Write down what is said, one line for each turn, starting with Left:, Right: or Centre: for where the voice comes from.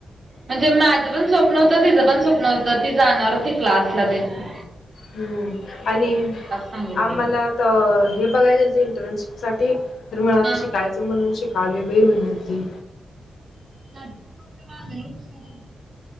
Right: म्हणजे माझं पण स्वप्न होतं. तिझं पण स्वप्न होतं. ती जाणार होती क्लासला ते न.
Left: हम्म, आणि
Right: सांगितलेली.
Left: आम्हाला तर हे बघाय गेलतो इंटर्नशिपसाठी तर, म्हणाल
Right: हा.
Left: ती शिकायचं म्हणून शि कालोय बाई म्हणालती.
Right: <unintelligible>